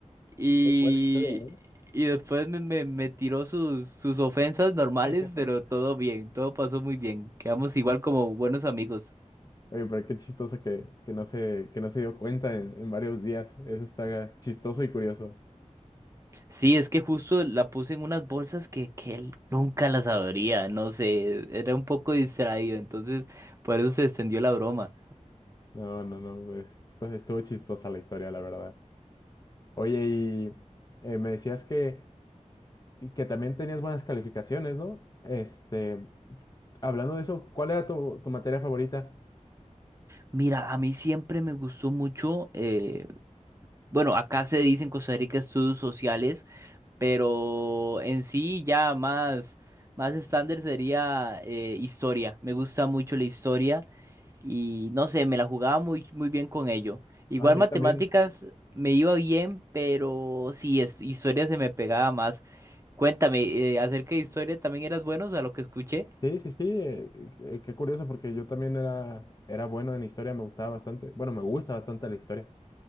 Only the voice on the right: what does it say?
y,
y después me, me- me tiró sus, sus ofensas normales,
pero todo bien, todo pasó muy bien. Quedamos igual como buenos amigos.
Sí, es que justo la puse en unas bolsas que, que él nunca las abría, no sé, era un poco distraído, entonces por eso se extendió la broma.
Mira, a mí siempre me gustó mucho, eh, bueno, acá se dice en Costa Rica estudios sociales. Pero en sí ya más, más estándar sería eh, historia. Me gusta mucho la historia y no sé, me la jugaba muy, muy bien con ello. Igual
matemáticas
me iba bien, pero sí, es- historia se me pegaba más. Cuéntame, eh, acerca de historia, ¿también eras bueno a lo que escuché?